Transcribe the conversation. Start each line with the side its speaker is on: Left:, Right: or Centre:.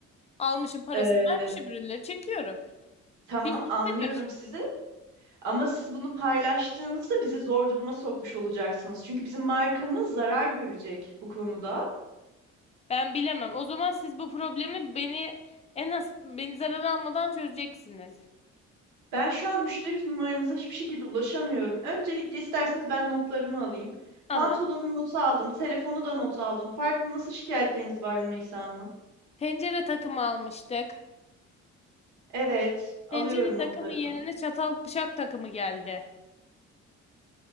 Left: almışım parasını
Right: Ee,
Left: vermişim ürünleri çekiyorum.
Right: tamam,
Left: Hiç kimse
Right: anlıyorum
Left: karış
Right: sizi. Ama siz bunu paylaştığınızda bizi zor duruma sokmuş olacaksınız. Çünkü bizim markamız zarar görecek bu konuda.
Left: Ben bilemem. O zaman siz bu problemi beni en az beni zarar almadan çözeceksiniz.
Right: Ben şu an müşteri numaranıza hiçbir şekilde ulaşamıyorum. Öncelikle isterseniz ben notlarımı alayım.
Left: Alın.
Right: Pantolonun notu aldım, telefonu da not aldım. Farklı nasıl şikayetleriniz var Rümeysa Hanım?
Left: Tencere takımı almıştık.
Right: Evet, alıyorum
Left: Tencere takımı
Right: notlarımı.
Left: yerine çatal bıçak takımı geldi.